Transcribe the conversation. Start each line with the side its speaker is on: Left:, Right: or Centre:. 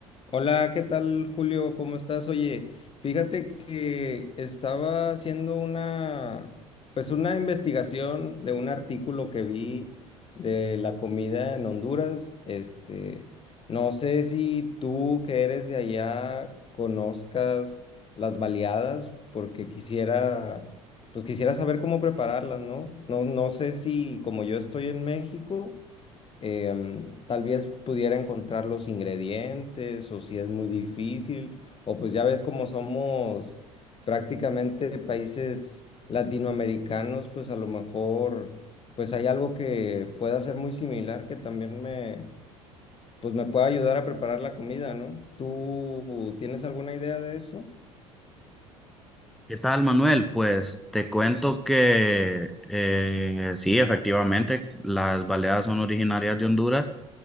Left: Hola, ¿qué tal, Julio? ¿Cómo estás? Oye, fíjate que estaba haciendo una, pues una investigación de un artículo que vi de la comida en Honduras. Este, no sé si tú que eres de allá conozcas las baleadas, porque quisiera, pues quisiera saber cómo prepararlas, ¿no? No, no sé si como yo estoy en México em, tal vez pudiera encontrar los ingredientes o si es muy difícil, o pues ya ves como somos prácticamente países latinoamericanos, pues a lo mejor pues hay algo que pueda ser muy similar que también me pues me pueda ayudar a preparar la comida, ¿no? ¿Tú tienes alguna idea de eso?
Centre: ¿Qué tal, Manuel? Pues te cuento que eh, sí, efectivamente, las baleadas son originarias de Honduras